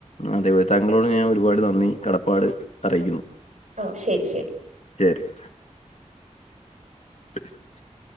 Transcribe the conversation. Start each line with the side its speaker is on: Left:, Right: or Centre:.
Left: അതേ താങ്കളോട് ഞാൻ ഒരുപാട് നന്ദി കടപ്പാട് അറിയിക്കുന്നു
Right: ഓ ശരി ശരി
Left: <unintelligible> <inaudible>